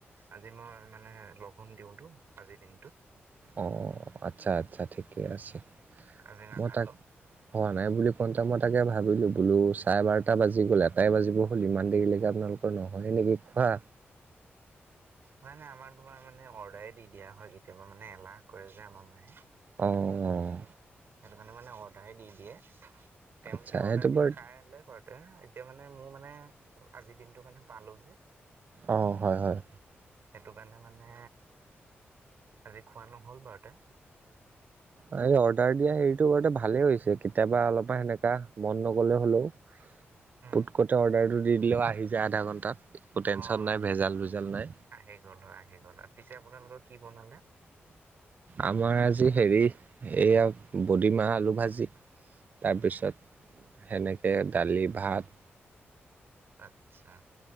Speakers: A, on the right (about 60°); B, on the right (about 40°).
A: আজি মই মানে লঘোণ দিওঁতো আজিৰ দিনটোত।
B: অ' আচ্ছা আচ্ছা ঠিকে আছে।
A: আজি নাখালো
B: মই তাক হোৱা নাই বুলি কওঁতে মই তাকে ভাবিলোঁ, বোলো চাৰে বাৰটা বাজি গ'ল এটাই বাজিব হ'ল ইমান দেৰিলৈটো আপোনালোক নহ'লে নেকি খোৱা।
A: নাই নাই আমাৰ তোমাৰ মানে অৰ্ডাৰে দি দিয়া হয়, কেতিয়াবা মানে এলাহ কৰে যে আমাৰ মায়ে।
B: অঁ, অঁ।
A: সেইটো কাৰণে মানে অৰ্ডাৰে দি দিয়ে। তেওঁলোকে
B: আচ্ছা
A: অৰ্ডাৰ
B: সেইটো
A: দি
B: বাৰু
A: খাই আহিলে ঘৰত। এতিয়া মানে মোৰ মানে আজিৰ দিনটো মানে পালো যে।
B: অঁ, হয় হয়।
A: সেইটো কাৰণে মানে আজি খোৱা নহ'ল বাৰুতে।
B: এই অৰ্ডাৰ দিয়া হেৰিটো কৰোতে ভালেই হৈছে। কেতিয়াবা অলপমান সেনেকা মন নগলেও হলেও
A: উম
B: পুটক'টে অৰ্ডাৰটো দি দিলেও আহি যায় আধা ঘণ্টাত। একো টেনচন
A: অ'
B: নাই
A: আহে,
B: ভেজাল ভেজাল নাই
A: আহি গ'ল হয় আহি গ'ল হয়। পিছে আপোনালোকৰ কি বনালে?
B: আমাৰ আজি হেৰি এইয়া বডিমাহ আলু ভাজি তাৰপিছত সেনেকে দালি ভাত
A: আচ্ছা।